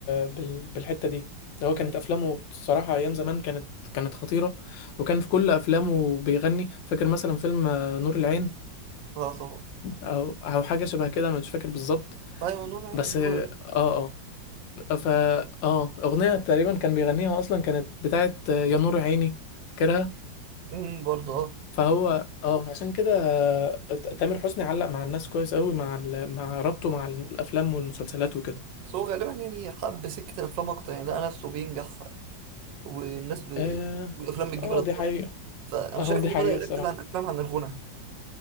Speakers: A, on the left; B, on the right.
A: بال... بالحتة دي هو
B: مم.
A: كانت افلامه الصراحة ايام زمان كانت كانت خطيرة وكان في كل افلامه بيغني فاكر مثلا فيلم آه، نور العين
B: اه طبعا
A: او او حاجه شبه كده مش فاكر بالظبط
B: ايوه نور
A: بس
B: نور
A: اه اه فا اه اغنيه تقريبا كان بيغنيها اصلا كانت بتاعت يا نور عيني فاكرها
B: مم، برضه اه
A: فهو اه عشان كده آه، تامر حسني علق مع الناس كويس قوي مع ال... مع ربطه مع الافلام والمسلسلات وكده
B: بس هو غالبا يعني حب سكة الأفلام أكتر يعني لقى نفسه بينجح والناس ب...
A: اه
B: والأفلام بتجيب
A: اه
B: إيرادات
A: دي حقيقه
B: فأنا
A: اه
B: شايف
A: دي
B: إنه
A: حقيقه
B: بدأ يركز
A: الصراحه
B: على الأفلام عن الغنى